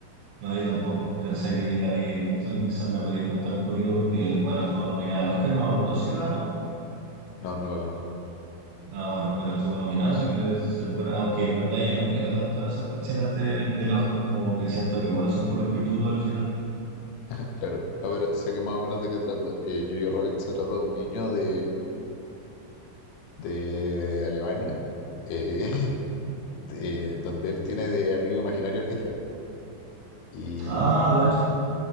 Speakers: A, on the right; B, on the left.
A: No, yo tampoco. Pensé que la habíais visto, quizás me podías contar un poquito porque, bueno, estuvo nominada al Oscar, no me acuerdo si ganó,
B: No, no lo conozco.
A: Ah, bueno, pero estuvo nominado, así que debe ser bueno. Aunque en verdad ya no creo tanto en esas cuestiones del, del Oscar, como que siento que igual son puros pitutos al final.
B: <laughs> Claro, no, pero sé que más o menos de qué trata. Eh, Jojo Rabbit se trata de un niño de, de Alemania, eh, <laughs> de, donde él tiene de amigo imaginario a Hitler. Y
A: Ah, gacho.